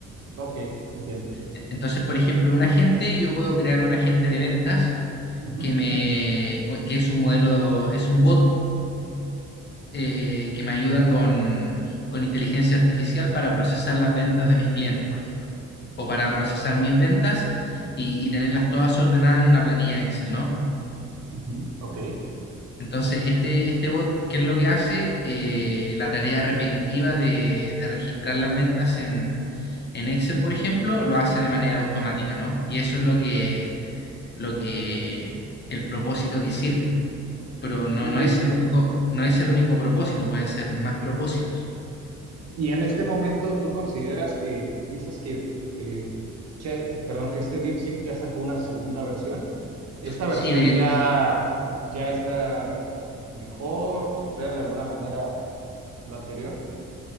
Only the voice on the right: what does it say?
Ok, entiendo.
Ujú,
ujú, ok,
ok.
Y en este momento tú consideras que, dices que, que, che- que- perdón, que este DeepSeek ya sacó una segunda versión. ¿Esta
versión
ya, ya está mejor, supera de alguna manera lo anterior.